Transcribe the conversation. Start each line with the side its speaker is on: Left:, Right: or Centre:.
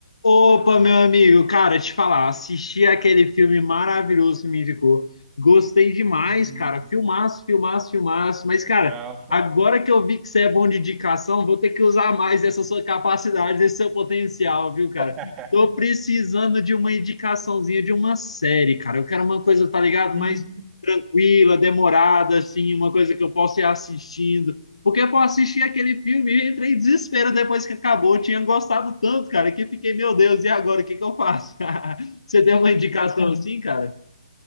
Left: Opa, meu amigo, cara, te falar, assisti aquele filme maravilhoso que me indicou. Gostei demais,
Right: Hum,
Left: cara. Filmaço, filmaço, filmaço. Mas, cara,
Right: Legal, pô.
Left: agora que eu vi que você é bom de indicação, vou ter que usar mais dessa sua capacidade, desse seu potencial, viu, cara?
Right: <laughs>
Left: Tô precisando de uma indicaçãozinha de uma série, cara. Eu quero uma coisa, tá ligado?
Right: Hum,
Left: Mais tranquila, demorada, assim, uma coisa que eu possa ir assistindo. Porque eu assisti aquele filme e entrei em desespero depois que acabou. Eu tinha gostado tanto, cara, que fiquei, meu Deus, e agora o que que eu faço? <laughs> Você tem uma indicação assim, cara?